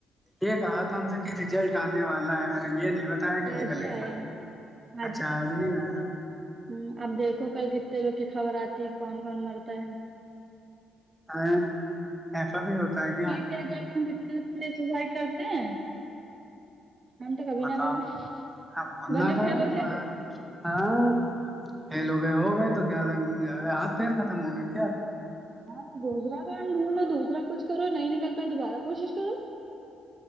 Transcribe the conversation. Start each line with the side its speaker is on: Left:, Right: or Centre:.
Centre: یہ کہا تھا ہم سب کہ ریزلٹ آنے والا ہے میرا یہ نہیں بتایا کہ نکل
Right: آج ہی
Centre: گیا
Right: آیا
Centre: یہ
Right: ہے
Centre: اچھا نہیں آیا
Right: ہوں اب دیکھو کل کتنے لوگ کی خبر آتی ہے کون کون مرتا ہے
Centre: ا ایسا بھی ہوتا ہے کیا
Right: کیا کہتے ہیں کتنے بچے سوسائی کرتے ہیں ہم تو کبھی
Centre: بتاؤ
Right: نہ کر یں
Centre: ہم کو
Right: بھلے
Centre: نہ
Right: فیل
Centre: کریں
Right: ہو جائے
Centre: ہاں فیل ہو گئے ہو گئے تو کیا ہاتھ پیر ختم ہو گئے کیا
Right: اورتو دوسرا کام ڈھونڈھو دوسرا کچھ کرو نہیں نکل پائے دوبارہ کوشش <inaudible>